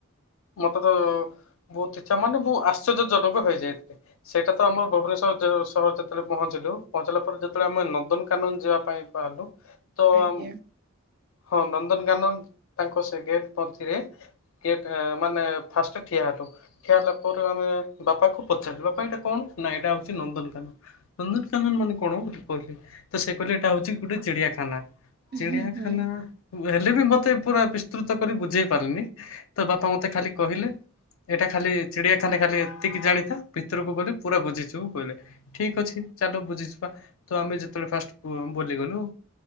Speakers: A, on the left (about 65°); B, on the right (about 45°).
A: ମତେ ତ ବହୁତ ଇଚ୍ଛା ମାନେ ବହୁ ଆଶ୍ଚର୍ଯ୍ୟଜନକ ହେଇଯାଇଥିଲି। ସେଇଟା ତ ଆମର ଭୁବନେଶ୍ଵର ସହର ଯେତେବେଳେ ପହଞ୍ଚିଲୁ, ପହଞ୍ଚିଲା ପରେ ଯେତବେଳେ ଆମେ ନନ୍ଦନକାନନ ଯିବା ପାଇଁ ବାହାରିଲୁ ତ
B: ଆଜ୍ଞା।
A: ଆମେ ହଁ ନନ୍ଦନକାନନ ତାଙ୍କ ସେ ଗେଟ କରିଥିଲେ ଗଟେ ମାନେ ଫାଷ୍ଟ ଠିଆ ହେଲୁ ଠିଆ ହେଲା ପରେ। ବାପା କୁ ପଚାରିଲୁ ବାପା ଏଇଟା କଣ? ନା ଏଇଟା ହଉଛି ନନ୍ଦନକାନ। ନନ୍ଦନକାନନ ମାନେ କଣ ବୋଲି କହିଲି। ତ ସେ କହିଲେ ଏଇଟା ହଉଛି ଗୋଟେ ଚିଡିଆଖାନା। ଚିଡ଼ିଆଖାନା
B: ହୁଁ ହୁଁ
A: ହେଲେ ବି ମତେ ପୁରା ବିସ୍ତୃତ କରି ବୁଝେଇ ପାରିନି, ତ ବାପା ମତେ ଖାଲି କହିଲେ ଏଇଟା ଖାଲି ଚିଡ଼ିଆଖାନା ଖାଲି, ଏତିକି ଜାଣିଥା, ଭିତରକୁ ଗଲେ ପୁରା ବୁଝିଛିବୁ କହିଲେ। ଠିକ ଅଛି ଚାଲ ବୁଝିଛିବା, ତ ଆମେ ଯେତେବେଳେ ଫାଷ୍ଟ ବୁଲିଗଲୁ।